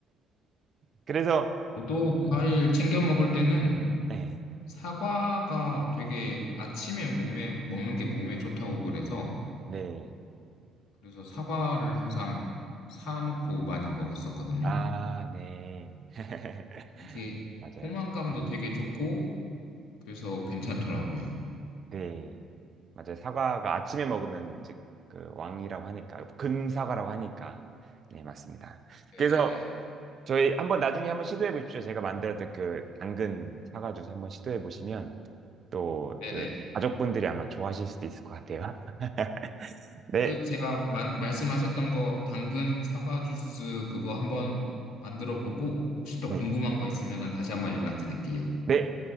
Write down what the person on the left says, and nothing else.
저도 과일 챙겨 먹을 때는
사과가 되게 아침에 몸에 먹는 게 몸에 좋다고 그래서
그래서 사과를 항상 사놓고 많이 먹었었거든요.
이게
포만감도 되게 좋고 그래서 괜찮더라고요.
네네네.
네네.
그 제가 만- 말씀하셨던 거 당근 사과 주스 그거 한번 만들어 보고 혹시 또
궁금한 거 있으면 다시 한번 연락드릴게요.